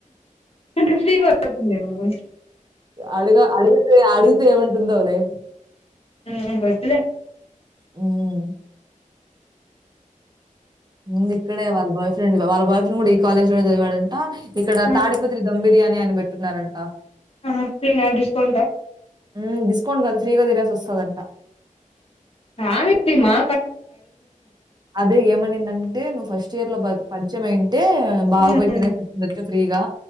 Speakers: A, on the left; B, on the right.
A: అంటే ఫ్రీగా దొరుకుతుంది మనం
B: అడుగ అడుగుతే అడుగుతే ఏమంటుందో లే
A: <inaudible>
B: హుమ్ ముందు ఇక్కడే వాళ్ళ బాయ్ ఫ్రెండ్ వాళ్ళ బాయ్ ఫ్రెండ్ కూడా ఈ కాలేజ్ లోనే చదివాడంట, ఇక్కడ
A: ఆ
B: తాడిపత్రి దంభిర్ బిర్యానీ అని పెట్టిన్నారంటా
A: ఆహా ఫ్రీ నా డిస్కౌంట్ ఆ
B: హ్మ్. డిస్కౌంట్ కాదు ఫ్రీగా తినేసి వస్తాదంటా.
A: ఆహా
B: అదే ఏమనీ దం ంటే నువ్వు ఫస్ట్ ఇయర్ లో పరిచయం అయి ఉంటే బాగ
A: ఉమ్
B: పోయి తినేసిండచ్చు ఫ్రీగా